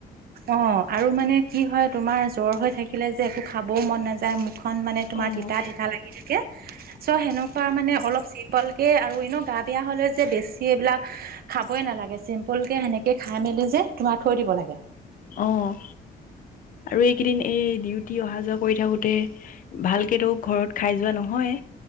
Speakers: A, on the right; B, on the left.
A: অ আৰু মানে কি হয় তোমাৰ জ্বৰ হৈ থাকিলে যে একো খাবও মন নাযায় মোক খন মানে তোমাৰ
B: অ',
A: তিতা তিতা লাগি থাকে। চ' সেনেকুৱা মানে অলপ চিম্পল। আৰু এনে গা বেয়া হলে যে বেছি এইবিলাক খাবই নালাগে চিম্পুল কে সেনেকে খাই মেলি যে তোমাক থৈ দিব লাগে।
B: আহ আৰু এইকেইদিন এই ডিউটি অহা যোৱা কৰি থাকোতে ভালকেতো ঘৰত খাই যোৱা নহয়।